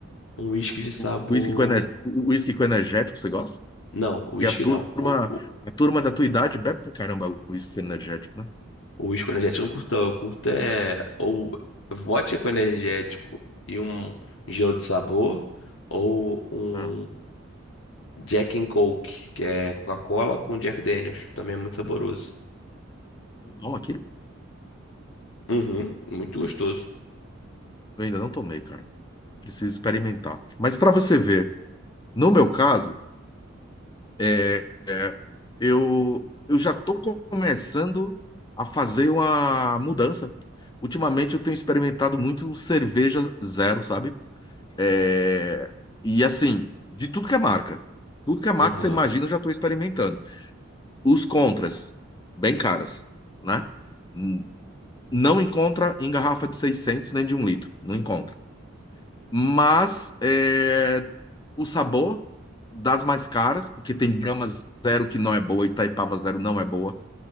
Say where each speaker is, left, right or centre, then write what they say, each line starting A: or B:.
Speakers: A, on the left (about 65°); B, on the left (about 20°).
A: um uísque de sabor.
B: O Whisky com, ener... o whisky com energético, você gosta?
A: Não, uísque
B: Porque a turma,
A: não. O, o,
B: a turma da tua idade bebe pra caramba o whisky energético, né?
A: o uísque com energético eu não curto. não. Eu curto é ou vodka com energético e um gelo de sabor, ou um
B: Ah,
A: Jack and Coke, que é Coca-Cola com Jack Daniels. Também é muito saboroso.
B: Bom, aquilo
A: Uhum, muito gostoso.
B: eu ainda não tomei, cara. Preciso experimentar. Mas para você ver, no meu caso, é, é, eu, eu já tô começando a fazer uma mudança. Ultimamente eu tenho experimentado muito cerveja zero, sabe? É, e assim, de tudo que é marca. Tudo que é marca,
A: Aham.
B: você imagina, eu já estou experimentando. Os contras, bem caras, né? N- Não encontra em garrafa de 600 nem de um litro, não encontra. Mas é, o sabor das mais caras, porque tem Brahma Zero que não é boa, Itaipava Zero não é boa.